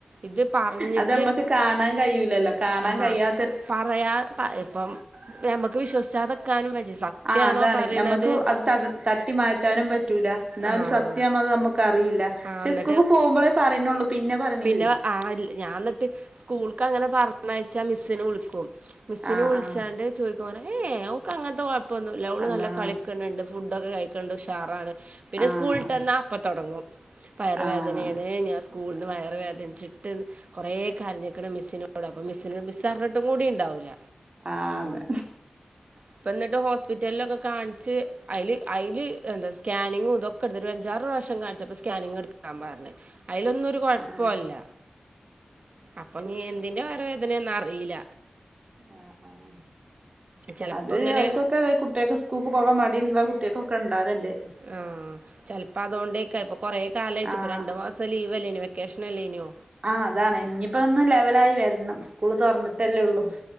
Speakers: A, on the right (about 65°); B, on the right (about 50°).
A: ഇത് പറഞ്ഞിട്ട്
B: അത് നമ്മക്ക് കാണാൻ കഴിയുലല്ലോ കാണാൻ
A: ആഹ്
B: കഴിയാ
A: പറയാ പ ഇപ്പം ഞമ്മക്ക് വിശ്വസിച്ചാതെക്കാനും പറ്റി സത്യാണോ
B: ആഹ് അതാണ്
A: പറയണത്
B: ഞമ്മക്ക് അത് ത തട്ടി മാറ്റാനും പറ്റൂല. ഇന്ന
A: ആഹ്
B: ഒരു സത്യാണോ എന്ന് നമ്മക്ക് അറിയില്ല പക്ഷെ
A: ആഹ് എന്നിട്ട്
B: സ്കൂക്ക് പോകുമ്പോളേ പറീണുള്ളൂ പിന്നെ പറയണില്ലേ-
A: പിന്നെ ആ ഞാൻ ഇന്നട്ട് സ്കൂൾക്ക് അങ്ങനെ പറഞ്ഞഴച്ചാ മിസ്സിന് വിളിക്കും മിസ്സിന്
B: ആഹ്
A: വിളിച്ചാണ്ട്
B: ആഹ്
A: ചോയി ക്കുനെ ഏഹ് അവക്ക് അങ്ങനത്തെ കുഴപ്പമൊന്നുല്ല ഓള്
B: അതാ
A: നല്ല കളിക്കണിണ്ട് ഫുഡൊക്കെ കഴിക്ക്ണ്ട് ഉഷാറാണ്. പിന്നെ
B: ആഹ്
A: സ്കൂളിട്ടന്നാ അപ്പൊ തുടങ്ങും വയറ്
B: ആഹ്
A: വേദനയാണ്
B: ആഹ്
A: ഞാൻ സ്കൂളിൽ നിന്ന്
B: ആഹ്
A: വയറ് വേദനിച്ചി ഇട്ട് കുറെ കരഞ്ഞിക്ക്ണ് മിസ്സിനോട് അപ്പം മിസിന് മിസ് അറിഞ്ഞിട്ടും കൂടി ഉണ്ടാവൂല്ല
B: ആതെ.
A: ഇപ്പ ഇന്നട്ട് ഹോസ്പിറ്റലിലൊക്കെ കാണിച്ച് അയില് അയില് എന്താ സ് സ്കാനിങ്ങും ഇതൊക്കെ എടുത്ത് ഒരു അഞ്ചാറ് പ്രാവശ്യം കാണിച്ചപ്പോ സ്കാനിങ് ഇട്ക്കാൻ പറഞ്ഞ് അയിലൊന്നും ഒരു കൊഴപ്പുല്ല
B: ആഹ്
A: അപ്പൊ ഇനി എന്തിന്റെ വയറുവേദന എന്ന് അറീല്ല
B: ആഹ് ആഹ്.
A: ചെലപ്പോ
B: അത്
A: ഇങ്ങനെ
B: അവർക്കൊക്കെ കുട്ടേക്ക് സ്കൂക്ക് പോകാൻ മടി ഉള്ള കുട്ടേക്കൊക്കെ ഉണ്ടാവല്ണ്ട്.
A: ആഹ് ചെലപ്പോ അതോണ്ടേക്കാ ഇപ്പ കൊറേ കാലായിട്ട്
B: ആഹ്
A: ഇപ്പ രണ്ടു മാസ് സം ലീവല്ലേനോ വെക്കേഷന അല്ലേനു
B: ആഹ് അതാണ് ഇനിപ്പോ ഒന്ന് ലെവലായി വരണം സ്കൂള് തുറന്നിട്ടല്ലേ ഉള്ളൂ.